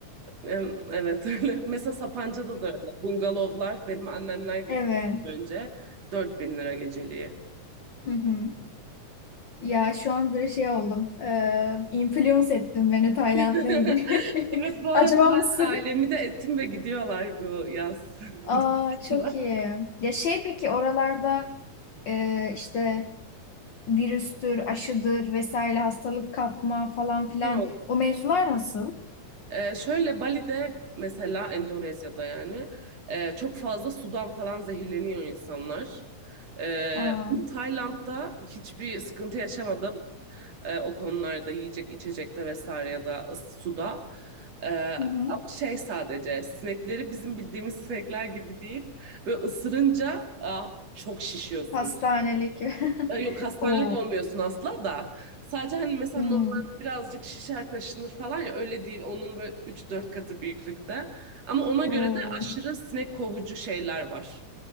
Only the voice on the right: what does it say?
Em, Evet <laughs> öyle. Mesela Sapanca'da da öyle. Bungalovlar benim annemler gitti
önce 4000 lira geceliği.
<laughs>
Evet
bu arada
ben
ailemi de ettim ve gidiyorlar bu yaz.
<laughs>
Ya
Ee, şöyle Bali'de mesela Endonezya'da yani e, çok fazla sudan falan zehirleniyor insanlar. Ee,
ama Tayland'da hiçbir sıkıntı yaşamadım Ee, o konularda yiyecek içecekte vesaire ya da ıs- suda. Ee,
ama şey sadece sinekleri bizim bildiğimiz sinekler gibi değil. Böyle ısırınca aa, çok şişiyorsun.
E, Yok hastanelik
olmuyorsun asla da. Sadece hani mesela
normalde birazcık şişer kaşınır falan ya öyle değil. Onun böyle üç dört katı büyüklükte. Ama ona
göre de aşırı sinek kovucu şeyler var.